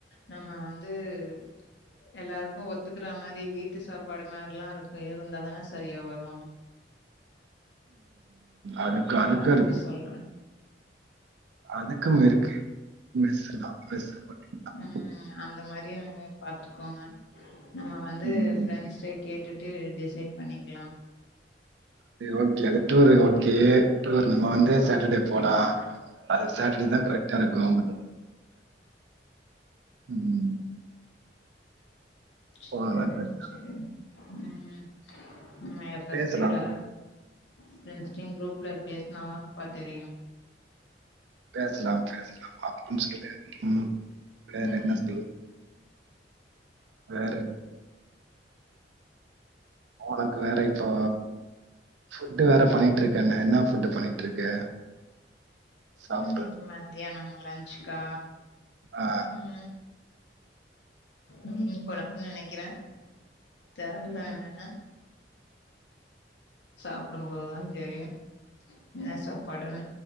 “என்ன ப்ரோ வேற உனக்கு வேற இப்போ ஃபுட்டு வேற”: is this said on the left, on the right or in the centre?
Right